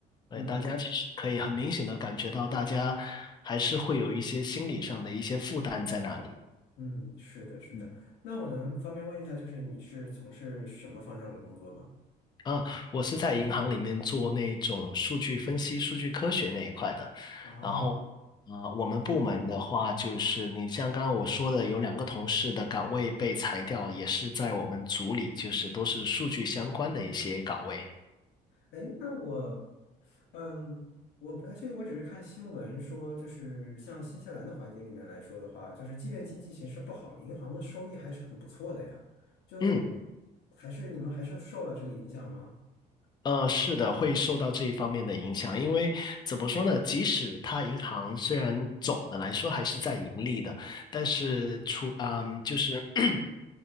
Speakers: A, on the left; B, on the left.
A: 对，
B: 嗯
A: 大家其实可以很明显的感觉到，大家还是会有一些心理上的一些负担在那里。
B: 嗯，是的，是的。
A: 嗯
B: 那我能方便问一下，就是你是从事什么方向的工作吗？
A: 啊，我是在银行里面做那种数据分析、数据科学那一块的。
B: 啊。
A: 然后，啊，我们部门的话，就是你像刚刚我说的，有两个同事的岗位被裁掉，也是在我们组里，就是都是数据相关的一些岗位。
B: 哎，那我，嗯，我不太确定，我只是看新闻说，就是像新西兰的环境里面来说的话，就是即便经济形势不好，银行的收益还是很不错的呀。就
A: 嗯。
B: 还是你们还是受了这个影响吗？
A: 呃，是的，会受到这一方面的影响，因为怎么说呢？即使它银行虽然总的来说还是在盈利的，但是出嗯，就是 <clears throat>